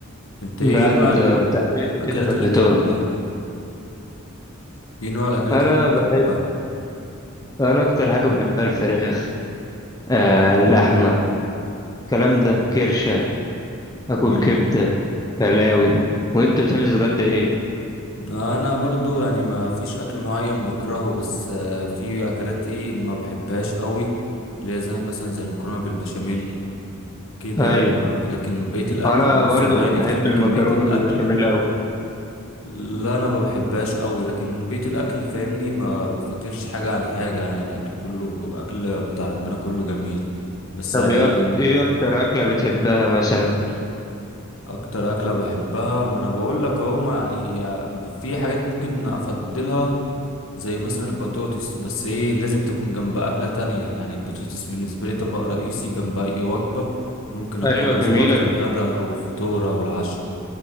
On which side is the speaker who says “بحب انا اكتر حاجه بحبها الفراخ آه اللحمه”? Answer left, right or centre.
Left